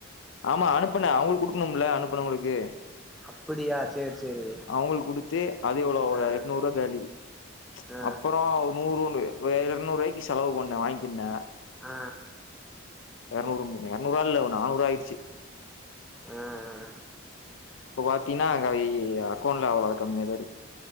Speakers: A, on the left; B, in the centre.
A: ஆமா அனுப்புனே அவுங்களுக்கு குடுக்கணும்ல அனுப்புனவுங்களுக்கு
B: அப்புடியா சேரி சேரி
A: அவுங்களுக் குடுத்து அது எவ்ளோ ஒ
B: ஆ
A: எட்நூறுவா காலி
B: ஆ
A: அப்பறோ நூறுன்னு வே எரநூறுவாய்க்கு செலவு பண்ணே வாங்கி திண்ணே
B: அ
A: எரநூறு <unintelligible> எரநூறுவா இல்ல நானூறுவா ஆயிடுச்சு
B: அ அ
A: இப்ப பாத்தின்னா கவி அக்கௌண்ட்ல அவ்ளோத கம்மியா தா இருக்கு